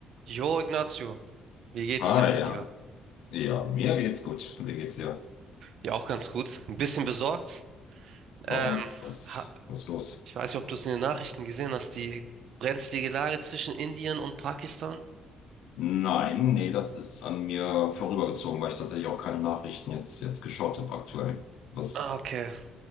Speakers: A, on the right; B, on the left.
A: Jo, Ignacio, wie geht's
B: Ah
A: dir, mein
B: ja.
A: Lieber?
B: Ja, mir geht's gut. Mir geht's ja.
A: Ja, auch ganz gut. Ein bisschen besorgt. Ähm,
B: Warum? Was,
A: ha-
B: was ist los?
A: ich weiß nicht, ob du es in den Nachrichten gesehen hast, die brenzlige Lage zwischen Indien und Pakistan.
B: Nein, nee, das ist an mir vorübergezogen, weil ich tatsächlich auch keine Nachrichten jetzt, jetzt geschaut habe aktuell. Was
A: Ah, okay.